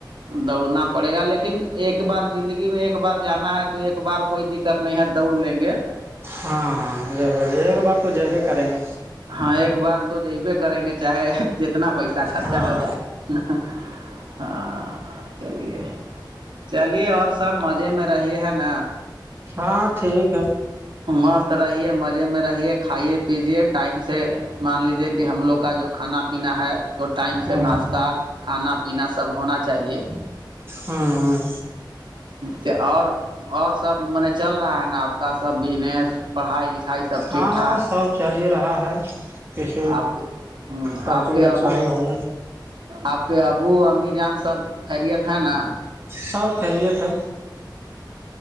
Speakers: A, on the right (about 75°); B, on the right (about 30°).
A: دوڑنا پڑے گا لیکن ایک بار زندگی میں ایک بار جانا ہے تو ایک بار کوئی د دقت نہیں ہے دوڑ لیں گے
B: ہاں ہاں ضرور ایک بار تو ج بھیے کریں گے
A: ہاں ایک بار تو جبے کریں گے چاہے جتنا پیسہ خرچہ
B: ہاں
A: ہو جائے ہاں چلیے چلیے اور سب مزے میں رہے ہے نا
B: ہاں ٹھیک ہے
A: مست رہیے مزے میں رہیے کھائیے پیجیے ٹائم سے مان لیجیے کہ ہم لوگ کا جو کھانا پینا ہے تو ٹائم سے
B: ہاں
A: ناشتہ کھانا پینا سب ہونا چاہیے
B: ہوں ہوں
A: کہ اور اور سب م نے چل رہا ہے نا آپ کا سب بجنس پڑائی لکھائی سب ٹھیک
B: ہاں
A: ٹھاک
B: سب چل ہی رہا ہے کسی
A: آپ کے ہ
B: کافی
A: آپ کے
B: اچھا
A: ابو
B: ہی ہو
A: آپ کے ابو امی جان سب خیریت ہے نا
B: سا خریے تھا